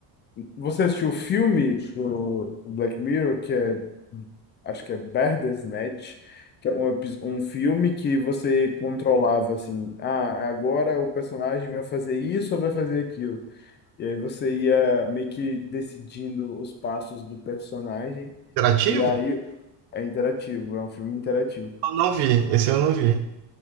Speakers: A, on the left (about 25°); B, on the right (about 60°).
A: Você assistiu o filme do Black Mirror, que é, acho que é Bandersnatch, que é um, epi- um filme que você controlava assim, ah, agora o personagem vai fazer isso ou vai fazer aquilo. E aí você ia meio que decidindo os passos do personagem,
B: interativo?
A: e aí é interativo, é um filme interativo.
B: Eu não vi. Esse eu não vi.